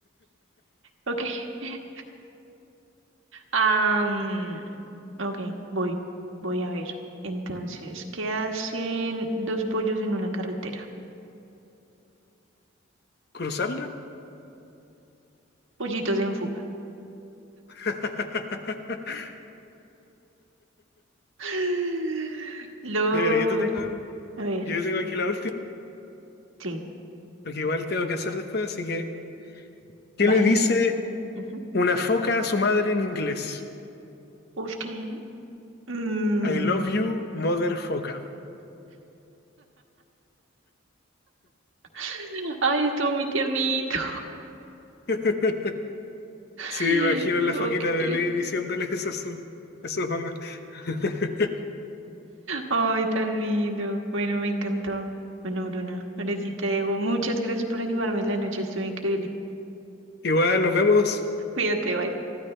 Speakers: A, on the right (about 75°); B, on the left (about 50°).
A: Ok, bien. Am, ok, voy, voy a ver. Entonces, ¿qué hacen dos pollos en una carretera?
B: ¿Cruzarla?
A: Pollitos en fuga.
B: <laughs>
A: <gasps> <laughs> Lo,
B: Ya mira, yo te tengo,
A: a ver,
B: yo tengo aquí la última,
A: sí,
B: porque igual tengo que hacer después, así que ¿Qué
A: dale.
B: le dice
A: Ujú.
B: una foca a su madre en inglés?
A: Ush, ¿qué? Mm,
B: I love you, mother foca.
A: <gasps> Ay, estuvo muy tiernito.
B: <laughs>
A: <laughs>
B: Sí, me imagino la
A: Ok.
B: foquita bebé diciéndole eso a su, a su mamá. <laughs>
A: Ay, tan lindo. Bueno, me encantó. Bueno, Bruna, ahora sí te dejo. Muchas gracias por animarme en la noche, estuvo increíble.
B: Igual nos vemos.
A: <laughs> Cuídate, bye.